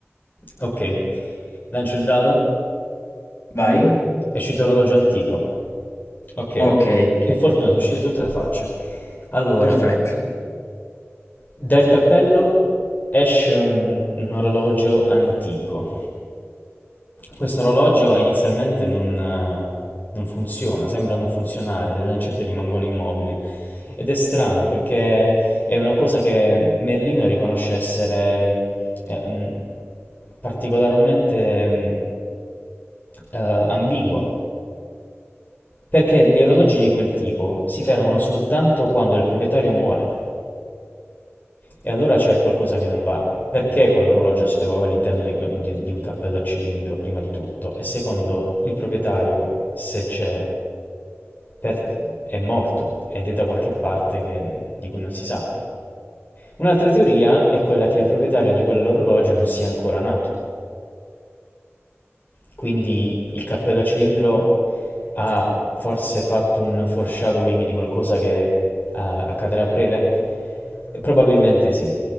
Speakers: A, on the left; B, on the left.
A: Ok, lancio il dado,
B: Vai?
A: è uscito orologio antico. Ok,
B: Ok,
A: che fortuna, sono uscite tutte le facce. Allora,
B: perfetto. <laughs>
A: dal cappello esce un, un orologio antico. Questo orologio inizialmente non, eh, non funziona, sembra non funzionare, le lancette rimangono immobili. Ed è strano perché è una cosa che Merlino riconosce essere mh, eh, mh, particolarmente mh, eh, ambigua. Perché gli orologi di quel tipo si fermano soltanto quando il proprietario muore. E allora c'è qualcosa che non va. Perché quell'orologio si trovava all'interno di, que- di- di un cappello a cilindro, prima di tutto? E secondo, il proprietario, se c'è, per- è morto ed è da qualche parte che- di cui non si sa. Un'altra teoria è quella che il proprietario di quell'orologio non sia ancora nato. Quindi il cappello a cilindro ha forse fatto un foreshadowing di qualcosa che eh, accadrà a breve? Probabilmente sì.